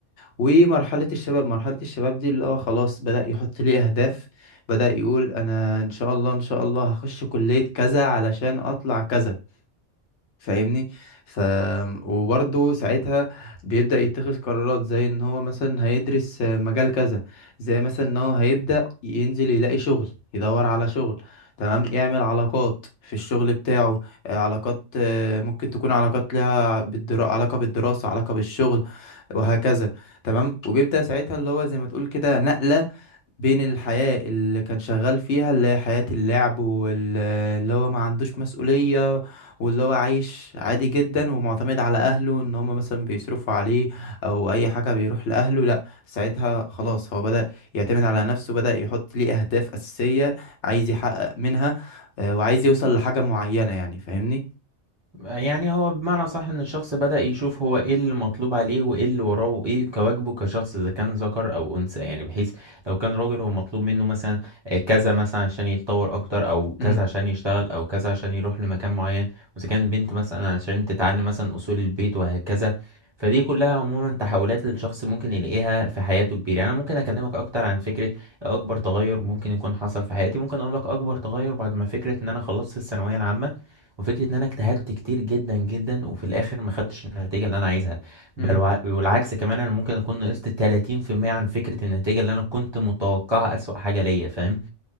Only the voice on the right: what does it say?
يعني هو بمعنى صح ان الشخص بدأ يشوف هو ايه اللي مطلوب عليه وايه اللي وراه وايه كواجبه كشخص اذا كان ذكر او انثى يعني بحيث لو كان راجل هو مطلوب منه مثلا آه، كذا مثلا عشان يتطور اكتر او
كذا عشان يشتغل او كذا عشان يروح لمكان معين واذا كان بنت مثلا عشان تتعلم مثلا اصول البيت وهكذا فدي كلها عموما تحولات الشخص ممكن يلاقيها في حياته كبيرة يعني انا ممكن اكلمك اكتر عن فكرة اكبر تغير ممكن يكون حصل في حياتي ممكن اقول لك اكبر تغير بعد ما فكرة ان انا خلصت الثانوية العامة وفكره ان انا اجتهدت كتير جدا جدا وفي الاخر ما خدتش النتيجه اللي انا عايزها
بل وع- والعكس كمان انا ممكن اكون نقصت 30% عن فكره النتيجه اللي انا كنت متوقعها اسوأ حاجه ليا فاهم